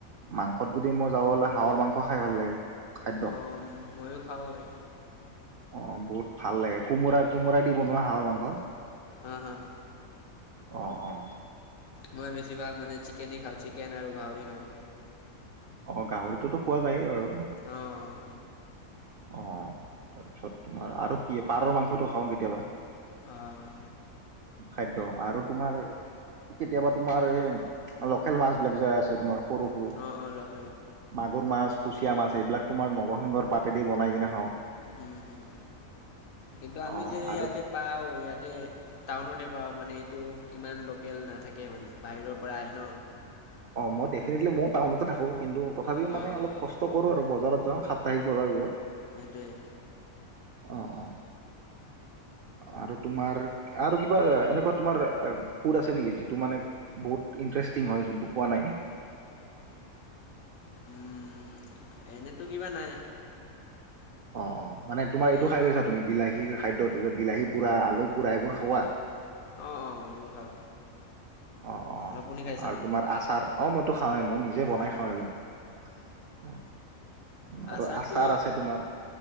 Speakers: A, on the right (about 80°); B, on the left (about 70°).
A: মাংসত যদি মই যাব বলে হাঁহৰ মাংস খাই ভাল লাগে। খাদ্য
B: অ মইয়ো খাওঁ এই
A: অ বহুত ভাল লাগে কোমোৰা-কোমোৰা দি বনোৱা হাঁহৰ মাংস।
B: উম হুম।
A: অঁ-অঁ।
B: মই বেছিভাগ মানে চিকেনে খাওঁ। চিকেন আৰু গাহৰি খাওঁ।
A: অ গাহৰিটোতো খোৱা যায়েই বাৰু।
B: অ',
A: অ তাৰপিছত তোমাৰ আৰু কি পাৰৰ মাংসটো খাওঁ কেতিয়াবা
B: অ',
A: খাদ্য আৰু তোমাৰ কেতিয়াবা তোমাৰ এ লোকেল মাছ বিলাক যে আছে তোমাৰ সৰু সৰু
B: অ-অ লগ
A: মাগুৰ মাছ, কুচিয়া মাছ এইবিলাক তোমাৰ নৰসিংহৰ পাতেদি বনাই কিনে খাওঁ।
B: উম হম কিন্তু আমি
A: অ',
B: যে
A: আৰু
B: ইয়াতে পাওঁ ইয়াতে টাউনতে পাওঁ মানে এইটো ইমান লোকেল নাথাকে মানে বাহিৰৰ পৰা আহে ন
A: অ মই ডেফিনেটলি মইয়ো টাউনতে থাকো। কিন্তু তথাপিও মানে
B: অ',
A: অলপ কষ্ট কৰো আৰু। বজাৰত যাওঁ সাপ্তাহিক বজাৰবোৰত।
B: সেইটোৱেই
A: অ অ আৰু তোমাৰ আৰু কিবা এনেকুৱা তেনেকুৱা তোমাৰ ফুড আছে নেকি যিটো মানে বহুত ইণ্টাৰেষ্টিং হয় যোনটো খোৱা নাই।
B: উম এনেতো কিবা নাই
A: অ-অ মানে তোমাৰ এইটো
B: এনে
A: খাই গৈছা তুমি বিলাহীৰ খাদ্যটো যে বিলাহী পোৰা, আলু পোৰা এইবোৰ খোৱা
B: অ অ এইবোৰ খাওঁ।
A: অ অ
B: আপুনি খাইছে
A: আৰু
B: নেকি?
A: তোমাৰ আচাৰ অ ম খাে মই নিজে বনাই
B: অ',
A: খাওঁ এইবিলাক। আৰু
B: আচাৰটে
A: আচাৰ আছে তোমাৰ